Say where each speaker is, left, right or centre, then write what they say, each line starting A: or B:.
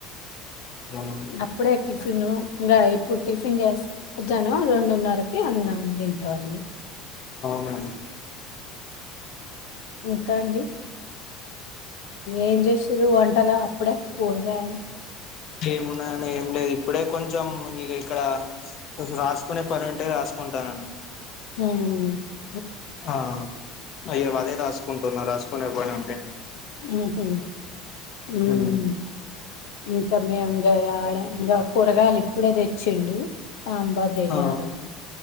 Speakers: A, on the left; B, on the left.
A: అవును.
B: అప్పుడే టిఫిను ఇంగా ఇప్పుడు టిఫిన్ చేస్త మధ్యాహ్నం రెండున్నరకి అన్నం తింటామండీ
A: అవునా
B: ఇంకా అండి ఏం చేస్తురు వంటలో అప్పుడే కూరగాయలు
A: ఏమున్నదండి ఏం లేదు ఇప్పుడే కొంచెం ఇక ఇక్కడ రాసుకునే పని ఉంటే రాసు కుంటాన
B: ఉహూ
A: ఆ అయే అదే రాసుకుంటున్నా రాసుకునే పని ఉంటే
B: ఉహుమ్ ఉమ్
A: హ్మ్.
B: ఉ సార్లెంజేయాడ ఇంకా కూరగాయలు ఇప్పుడే తెచ్చిండు సాంబార్ చెయ్యాలండి
A: ఆ